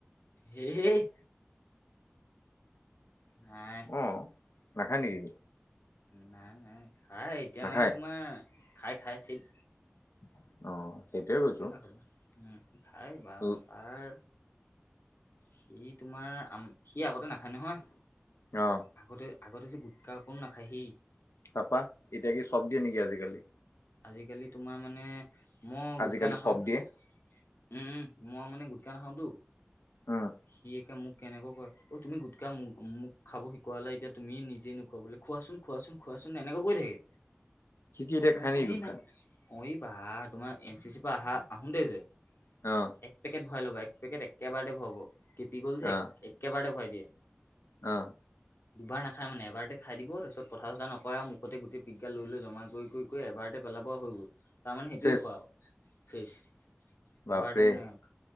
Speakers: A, on the left; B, on the left.
A: হেই-হেই। নাই।
B: অ', নাখায় নেকি?
A: নাই-নাই। খাই এতিয়া
B: নাখায়?
A: মানে তোমাৰ খাই-খাই ঠিক
B: অ'। সেইটোয়ে কৈছো।
A: <unintelligible> খাই বা'
B: ল-
A: তাৰ সি তোমাৰ, সি আগতে নাখায় নহয়।
B: অ'।
A: আগতে-আগতে যে গোটকা অকণো নাখায় হি।
B: তাপা, এতিয়া কি চব দিয়ে নেকি আজিকালি?
A: আজিকালি তোমাৰ মানে, মই গুটখা
B: আজিকালি
A: নাখাওঁ।
B: চব দিয়ে।
A: উম-উম, মই মানে গোটকা নাখাওঁতো।
B: অ'।
A: সি একে মোক কেনেকৈ কয়, অ', তুমি গোটকা মোক খাব শিকোৱালা এতিয়া তুমি নিজে নোখোৱা বোলে। খোৱাচোন-খোৱাচোন-খোৱাচোন এনেকৈ কৈ থাকে।
B: সি কি এতিয়া খাই
A: মই
B: নেকি
A: কহি
B: গুটখা?
A: না, মই বা, তোমাৰ এন চি চি পৰা আহা আহোতে যে
B: অ'।
A: এক পেকেট ভৰাই ল'বা, এক পেকেট একেবাৰেতে ভৰাব, তেপি গ'ল যে এক
B: অ',
A: একেবাৰতে ভৰাই দিয়ে।
B: অ'।
A: দুবাৰ নাখায় মানে, এবাৰতে খাই দিব, তাৰপিছত কথা-চথা নকয় আৰু মুখতে গোটেই পিকগাল লৈ-লৈ জমা কৰি কৰি- কৰি এবাৰতে পেলাব আৰু হৈ গ'ল। তাৰমানে সেইটোৱে
B: চেচ।
A: খোৱা আৰু ফেচ
B: বাপৰে,
A: এবাৰতে মানে